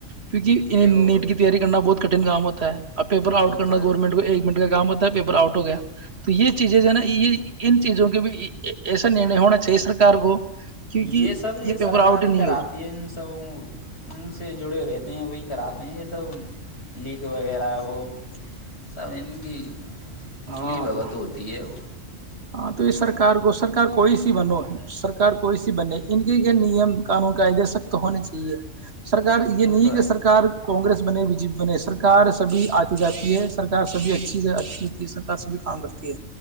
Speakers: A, on the right; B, on the left.
A: کیونکیں
B: دیکھو
A: نیٹ کی تیاری کرنا بہت کٹھن کام ہوتا ہے اب پیپر آؤٹ
B: وہ
A: کرنا
B: تو ہے
A: گورنمنٹ کو ایک منٹ کا کام ہوتا ہے پیپر آؤٹ ہو گیا تو یہ چیزیں ہے نا یہ ان چیزوں کے بھی ایسا نرنے ہونا چاہیے سرار کو کیونکہ
B: یہ سب یہ
A: پیپر
B: سرکار
A: آؤٹ
B: ہی
A: نہیں
B: کراتی
A: ہو
B: ہے ان سب کو ان سے جڑے رہتے ہیں وہی کراتے ہیں یہ سب لییک وغیرہ وہ سب ان کی
A: ہاں
B: بلی بگ تو ہوتی ہے وہ
A: ہاں تو یہ سرار کو سرار کوئی سی بنو سرک کوئی سی بنے ان کے یہ نیم قانون کا آدے سک تو ہونے چاہیے سرار
B: وہ
A: یہ نہیں
B: تو
A: ہے کہ سرک کگریس بنے بی جے پی نہیں سرکار سبھی آتی جاتی ہے سرکار سبھی اچھی اچھی ہوتی ہے سرک سبھی کام کرتی ہے